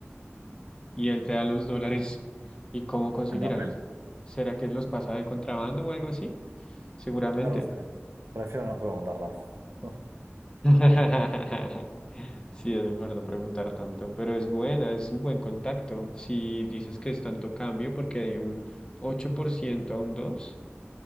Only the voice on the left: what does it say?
y él te da los dólares. ¿Y cómo conseguirá
los dólares? ¿Será que los pasa de contrabando o algo así? Seguramente,
¿no?
<laughs> Sí, es mejor no preguntar tanto, pero es buena, es un buen contacto. Si dices que es tanto cambio, porque hay un 8% a un 2,